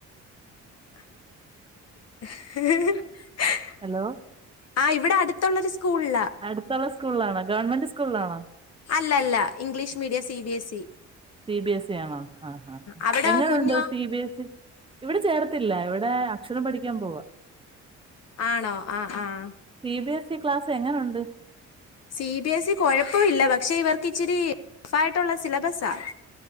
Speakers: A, on the left (about 55°); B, on the right (about 15°).
A: <unintelligible>
B: ഹലോ
A: ആഹ് ഇവിടെ അടുത്തുള്ളൊരു സ്കൂളില
B: അടുത്തുള്ള സ്കൂളിലാണോ ഗവൺമെന്റ് സ്കൂളിലാണോ
A: അല്ല അല്ല English medium C B S E
B: C B S C ആണോ ആഹ് ആഹ്
A: അവിടെ
B: എങ്ങനുണ്ട്
A: കുഞ്ഞോ
B: സി ബി എസ് സി ഇവിടെ ചേർത്തില്ല ഇവിടെ അക്ഷരം പഠിക്കാൻ പോവാ
A: ആണോ ആഹ് ആഹ്
B: C B S C class എങ്ങനെയുണ്ട്
A: സി ബി എസ് സി കൊഴപ്പമില്ല പക്ഷെ ഇവർക്ക് ഇച്ചിരി ഫായിട്ടുള്ള സിലബസാ